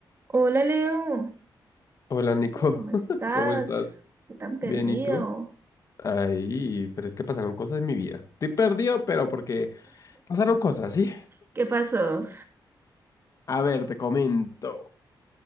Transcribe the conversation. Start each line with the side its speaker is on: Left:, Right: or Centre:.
Right: Hola Leo,
Left: Hola Nico,
Right: ¿cómo estás?
Left: <laughs> ¿cómo estás?
Right: ¿Qué tan perdido?
Left: Bien, ¿y tú? Ay, pero es que pasaron cosas en mi vida. Estoy perdido, pero porque pasaron cosas, ¿sí?
Right: ¿Qué pasó?
Left: A ver, te comento.